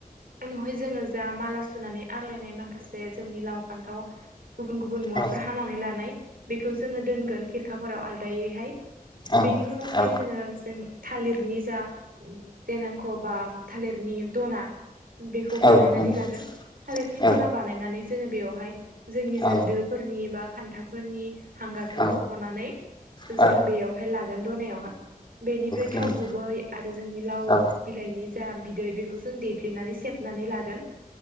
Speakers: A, on the right (about 75°); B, on the left (about 30°).
A: उनहाय जोङो जा माला सुनानै आग्लायनाय माखासे जोंनि लाव फान्थाव गुबुन गुबुन मुवाफोर
B: औ
A: हानानै लानाय बेखौ जोङो दोनगोन खिरखाफोराव आलदायैहाय
B: औ
A: बेनि उनावहाय
B: औ
A: जोङो जों थालिरनि जा देनांख' बा थालिरनि दना बेखौ
B: औ
A: बानायनानै
B: नंगौ
A: लागोन थालिरनि
B: औ
A: दना बानायनानै जोङो बेवहाय जोंनि जा
B: औ
A: दोफोरनि बा खान्थाफोरनि हांगारखौ
B: औ
A: हुख'नानै
B: औ
A: जोङो बेयावहाय लागोन दनायावहाय बेनिफ्राय
B: नंगौ
A: थाव गुबै आरो जोंनि लाव
B: औ
A: बिलाइनि जा बिदै बेखौ जों देफ्लेनानै सेबनानै लागोन